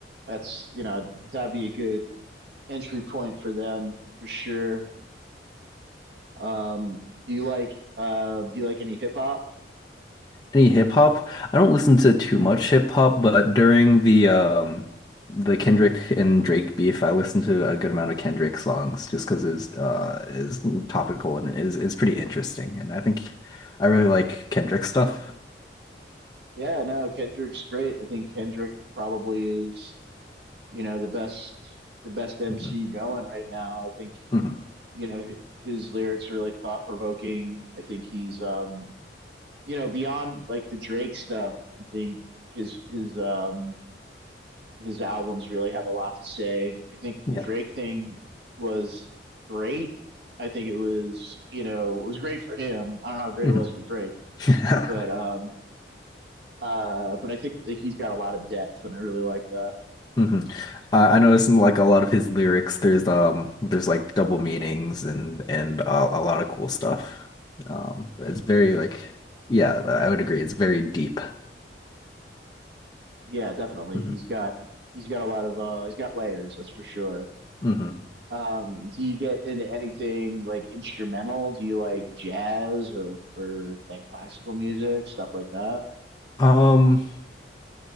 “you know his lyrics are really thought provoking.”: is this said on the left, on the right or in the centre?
Right